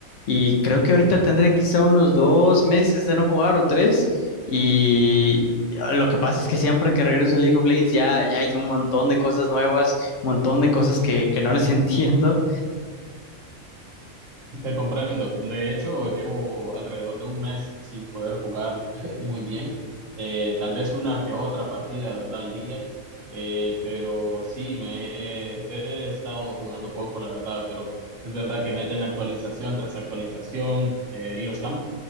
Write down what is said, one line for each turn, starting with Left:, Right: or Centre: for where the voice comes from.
Left: y creo que ahorita tendré quizá unos dos meses de no jugar o tres. Y ah, lo que pasa es que siempre que regreso a League of Legends ya, ya hay un montón de cosas nuevas, un montón de cosas que, que no les <laughs> entiendo.
Right: Te comprendo. De hecho, llevo alrededor de un mes sin poder jugar <laughs> muy bien. Eh, tal vez una que otra partida, ¿verdad? Al día. Eh, pero sí, me he, he estado jugando poco, la verdad. Pero es verdad que meten actualización tras actualización eh, y los cambios